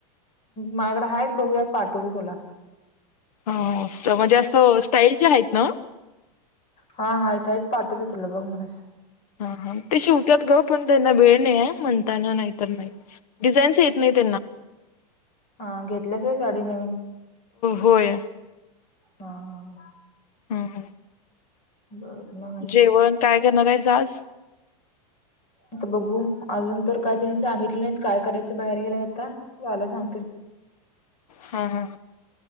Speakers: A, on the left; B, on the left.
A: माझ्या कडं आहेत बघूया पाठवतो तुला.
B: हो, म्हणजे असं स्टाईलची आहेत नव्ह.
A: हा. हा आहेत आहेत पाठवत आहे तुला बघ म्हणस.
B: हा, हा ते शिवत्यात गं पण त्यांना वेळ नाही आहे म्हणताना नाहीतर नाही. डिझाईनच येत नाही ते
A: हा, घेतल्यास व्हय साडी नवीन.
B: होय.
A: हा हा
B: हम् हम्म.
A: बरं मगं.
B: जेवण काय करणार आहेस आज?
A: आता बघू अजून तर काय त्यांनी सांगितले नाहीत काय करायचं बाहेर गेल्यात आता आल्यावर सांग
B: हा हा.